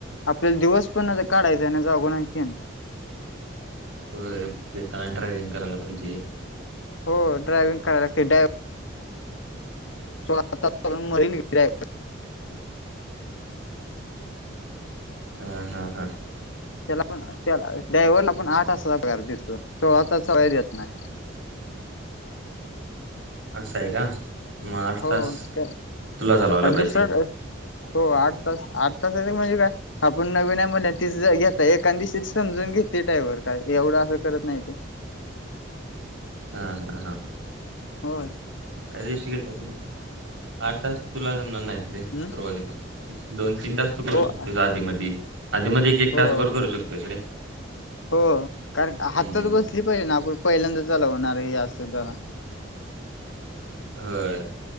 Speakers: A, on the left (about 70°); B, on the right (about 75°).
A: आपल्याला दिवस पण काढायचा आहे ना जागो आणखीन. <inaudible>
B: होताना बेतान ड्रायव्हिंग करायला पाहिजे
A: हो ड्रायविंग कराय लागते डायव स्ातावरण मरील गेय.
B: ह. <unintelligible>
A: त्याला पण त्याला डायव्हरला पण आठ तासाचा पगार देतोय सोळा तासचा काय देत नाही
B: असं आहे का. मग आठ
A: हो
B: तास
A: त्या
B: तुला चालवायला
A: दुसरं
B: पाहिजे
A: हो आठ तास आठ तास येत म्हणजे काय आपण नवीन आहे म्हणल्या तीच घेतता एखादशी समजून घेते डायवर काय एवढं असं करत नाही ते
B: हा, हा, हा
A: होय
B: एका दिवशी ये त्यात म्हणल्यावर आठ तास तुला जमणार नाहीत रे सुरवातीला
A: हम्म
B: दोन, तीन तास तू करू
A: हो
B: शकतोस आधी म आधी मध्ये एक, एक
A: हो
B: तास भर करू शकतोयस रे
A: हो कारण
B: हम्म
A: हातात बसली पाहिजे ना आपण पहिल्यांदा चालवणार ह आज सुद्धा
B: होय